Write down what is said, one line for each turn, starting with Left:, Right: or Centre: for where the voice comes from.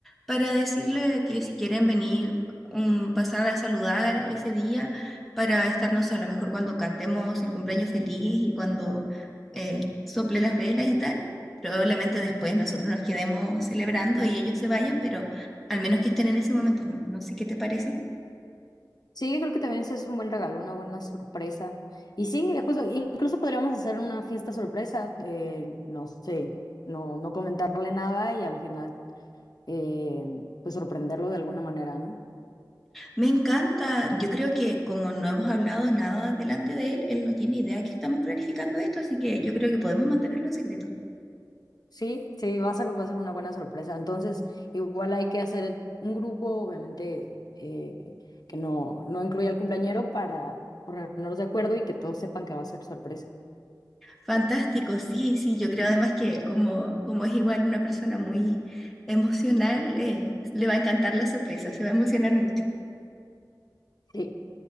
Centre: para decirle que si quieren venir, um, pasar a saludar ese día para estar, no sé, a lo mejor cuando cantemos el cumpleaños feliz y cuando eh, sople las velas y tal. Probablemente después nosotros nos quedemos celebrando y ellos se vayan, pero al menos que estén en ese momento, no, no sé qué te parece.
Left: Sí, creo que también ese es un buen regalo, una buena sorpresa. Y sí, justo, incluso podríamos hacer una fiesta sorpresa, eh, no sé, no, no comentarle nada y al final eh, pues sorprenderlo de alguna manera, ¿no?
Centre: Me encanta, yo creo que como no hemos hablado nada delante de él, él no tiene idea que estamos planificando esto, así que yo creo que podemos mantenerlo en secreto.
Left: Sí, sí, va a ser, va a ser una buena sorpresa. Entonces, igual hay que hacer un grupo, obviamente, eh, que no, no incluya al cumpleañero para ponernos de acuerdo y que todos sepan que va a ser sorpresa.
Centre: Fantástico, sí, sí, yo creo además que como, como es igual una persona muy emocional, eh, le va a encantar la sorpresa, se va a emocionar mucho.
Left: Sí,